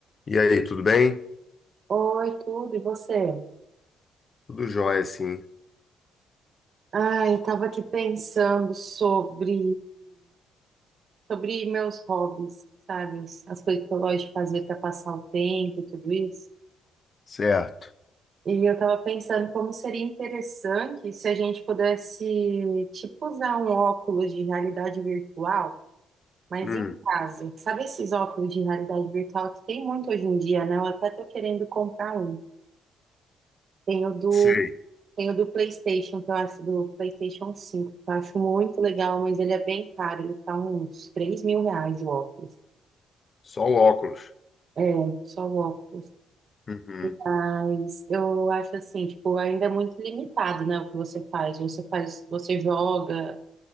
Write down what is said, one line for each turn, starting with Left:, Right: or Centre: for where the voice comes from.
Left: E aí, tudo bem?
Right: Oi, tudo, e você?
Left: Tudo jóia, sim.
Right: Ai, eu tava aqui pensando sobre sobre meus hobbies, sabe? As as coisas que eu gosto de fazer para passar o tempo e tudo isso.
Left: Certo.
Right: E eu tava pensando como seria interessante se a gente pudesse, tipo, usar um óculos de realidade virtual, mas
Left: Hum,
Right: em casa. Sabe esses óculos de realidade virtual que tem muito hoje em dia, né? Eu até tô querendo comprar um. Tem o do
Left: sei.
Right: Tem o do PlayStation, que eu acho, do PlayStation 5, que eu acho muito legal, mas ele é bem caro, ele tá uns 3 mil reais o óculos.
Left: Só o óculos.
Right: É, só o óculos.
Left: Uhum.
Right: Mas eu acho assim, tipo, ainda é muito limitado, né, o que você faz. Você faz, você joga,